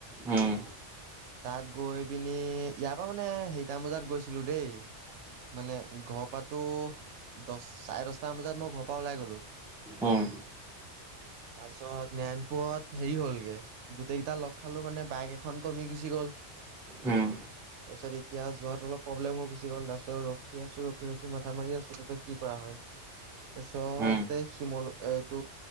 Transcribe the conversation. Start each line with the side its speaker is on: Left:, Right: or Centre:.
Centre: উম,
Right: তাত গৈ পিনি ইয়াৰ পৰা মানে সেইটাম বজাত গৈছিলো দেই মানে ঘৰ পৰাতো দহ চাৰে দহ আঠটা বজাত মই ঘৰ পৰা ওলাই গ'লো।
Centre: উম,
Right: তাৰপিছত নাৰায়ণপুৰত হেৰি হ'লগে গোটেইকেইটা লগ খালো মানে বাইক এখন কমি গুচি গ'ল।
Centre: উম,
Right: তাৰপিছত এতিয়া যোৱাত অলপ প্ৰব্লেম হৈ গুচি গ'ল তাৰপিছত ৰখি আছো ৰখি-ৰখি মাথা মাৰি আছো তাৰপিছত কি কৰা হয়। তাৰপিছতে
Centre: উম,
Right: শিমল এইটো